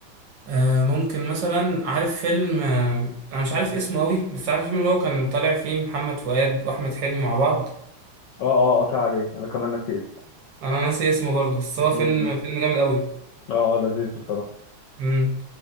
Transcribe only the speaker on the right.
آه، ممكن مثلا عارف فيلم آه، انا مش عارف اسمه قوي بس عارف الفيلم اللي هو كان طالع فيه محمد فؤاد واحمد حلمي مع بعض
انا ناسي اسمه برضه بس هو فيلم
فيلم جامد قوي
امم